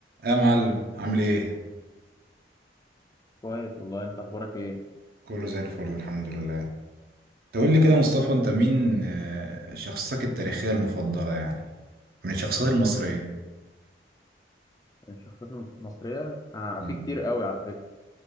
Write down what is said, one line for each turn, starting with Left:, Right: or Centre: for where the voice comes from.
Right: يا معلم عامل ايه
Left: كويس والله انت اخبارك ايه
Right: كله زي الفل الحمد لله تقول لي كده يا مصطفى انت مين آه، شخصيتك التاريخية المفضلة يعني من الشخصيات المصرية
Left: الشخصيات المصريه آه
Right: مم.
Left: في كتير قوي على فكره